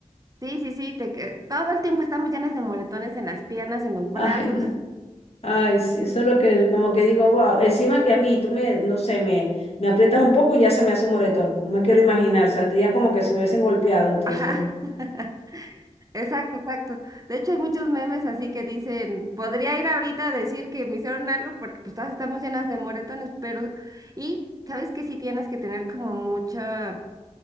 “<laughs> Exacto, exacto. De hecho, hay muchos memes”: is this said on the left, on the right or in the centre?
Right